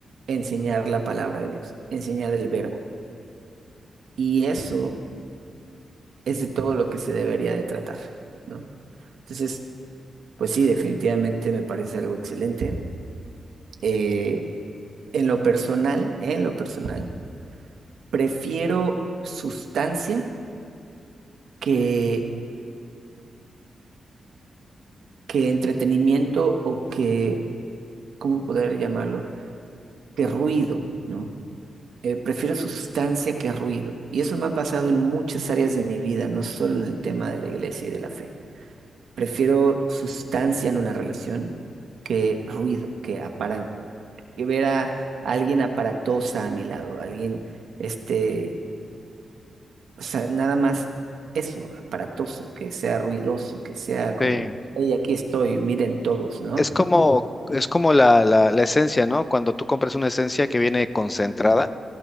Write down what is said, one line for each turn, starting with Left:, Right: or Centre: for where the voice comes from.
Right: enseñar la palabra de Dios, enseñar el verbo. Y eso es de todo lo que se debería de tratar, ¿no? Entonces, pues sí, definitivamente me parece algo excelente. Eh, en lo personal, en lo personal, prefiero sustancia que, que entretenimiento o que, ¿cómo poder llamarlo? Que ruido, ¿no? eh, prefiero sustancia que ruido. Y eso me ha pasado en muchas áreas de mi vida, no solo en el tema de la iglesia y de la fe. Prefiero sustancia en una relación que ruido, que, apara- que ver a alguien aparatosa a mi lado, alguien, este, o sea, nada más eso, aparatoso, que sea ruidoso, que sea como,
Left: Sí,
Right: hey, aquí estoy, miren todos, ¿no?
Left: Es como, es como la, la- la esencia, ¿no? Cuando tú compras una esencia que viene concentrada